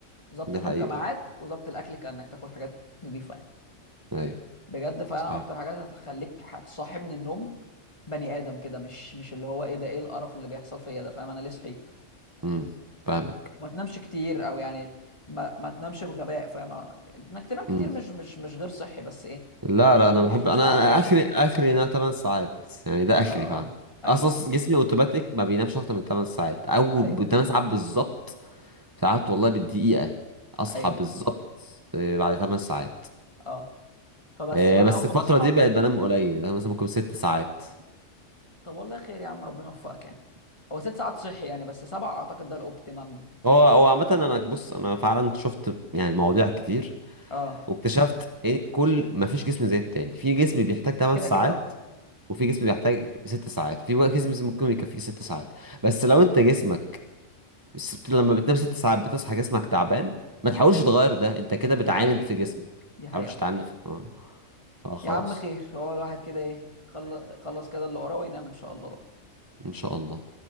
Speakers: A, on the left; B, on the right.
A: ظبط
B: دي
A: النوم
B: حقيقه
A: كميعاد وظبط الاكل كانك تاكل حاجات نظيفه يعني
B: ايوه
A: بجد فعلا
B: صحيح
A: اكتر حاجات هتخليك هتصحي من النوم بني ادم كده مش مش اللي هو ايه ده ايه القرف اللي بيحصل فيا ده فاهم انا ليه صحيت
B: امم فاهمك
A: ما تنامش كتير او يعني ما ما تنامش بغباء فاهم انك تنام كتير
B: امم
A: مش مش مش غير صحي بس ايه
B: لا
A: انك
B: لا
A: تنام
B: انا بحب
A: 10
B: انا
A: ساعات مثلا
B: اخري اخري ان انا 8 ساعات يعني ده اخري
A: اه آه،
B: فعلا
A: ايوه
B: اصلا
A: ايوه
B: جسمي اوتوماتيك ما بينامش اكتر من 8 ساعات او
A: ايوه
B: ب 8 ساعات بالظبط ساعات والله بالدقيقه اصحى
A: ايوه
B: بالظبط آه، بعد 8 ساعات
A: اه فبس
B: آه،
A: فانا
B: بس
A: اول ما
B: الفتره
A: بصحى
B: دي بقت بنام قليل يعني مثلا ممكن 6 ساعات
A: طب والله خير يا عم ربنا يوفقك يعني هو ست ساعات صحي يعني بس سبعة اعتقد ده الاوبتيمم
B: هو هو عامة انا بص انا فعلا شفت يعني مواضيع كتير
A: اه
B: واكتشفت ايه كل ما فيش جسم زي التاني في جسم بيحتاج 8
A: كده
B: ساعات
A: كده آه.
B: وفي جسم بيحتاج 6 ساعات في وقت- جسم ممكن يكفيه 6 ساعات بس لو انت جسمك بس بت- لما بتنام 6 ساعات بتصحى جسمك تعبان ما تحاولش تغير ده انت كده بتعاند
A: دي حقيقة
B: في جسمك ما
A: دي حقيقة
B: تحاولش
A: فعلا
B: تعاند في... اه آه، خلاص
A: يا عم خير هو الواحد كده ايه خل- خلص كده اللي وراه وينام ان شاء الله بقى
B: ان شاء الله